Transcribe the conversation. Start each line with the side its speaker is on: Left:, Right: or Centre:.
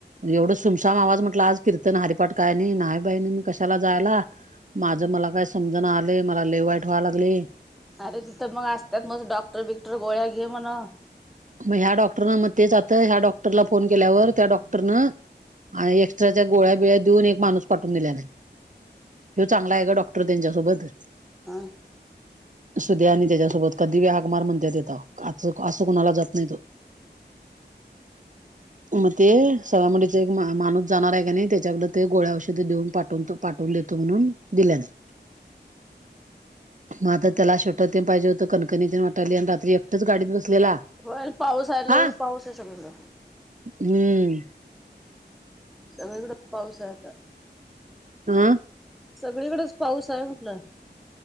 Right: एवढं सुमसाम आवाज म्हटला आज. कीर्तन हरिपाठ काय नाही नाही बाई मी कशाला जायला माझं मला काय सु ''--'' समजण आले मला लय वाईट व्हा लागलय.
Centre: अरे तिथं मग असतात म डॉक्टर बिकटर गोळ्या घे म्हणव.
Right: मग ह्या डॉक्टरन मग तेच ह्या डॉक्टरला फोन केल्यावर त्या डॉक्टरन आहे एक त्याच्या गोळ्या बिळ्या देऊन एक माणूस पाठवून दिला नाही ह चांगला आहे ग डॉक''--'' क्टर त्यांच्यासोबत.
Centre: हा,
Right: सध्या आणि त्याच्यासोबत कधी बी हाक मार म्हणतय तिथं. आ अस कुणाला जात नाही ते मग ते. सगामुडीच एक मा माणूस जाणार आहे का नाही त्याच्याकड ते गोळ्या औषधी देऊन पाठवतो पाठवून देतो म्हणून. दिल्या नाहीत. मग आता त्याला छोटं ते पाहिजे होतं कणकणीतेण वाटाली आणि रात्री एक. तिथेच गाडीत बसलेला
Centre: होय पाऊस आला
Right: हा
Centre: पाऊस आहे सगळीकडे
Right: हम्म.
Centre: सगळीकडं पाऊस आहे आता.
Right: हा,
Centre: सगळीकडेच पाऊस आहे म्हटलं.